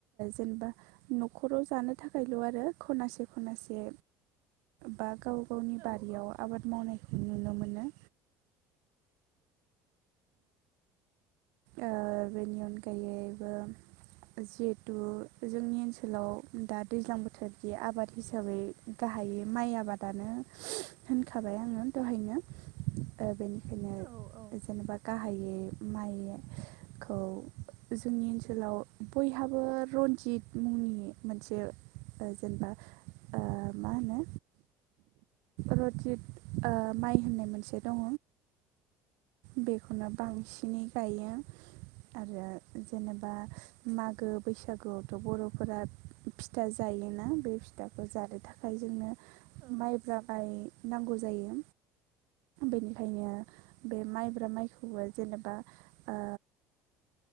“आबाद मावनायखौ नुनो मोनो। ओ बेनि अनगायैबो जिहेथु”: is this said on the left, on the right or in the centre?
Right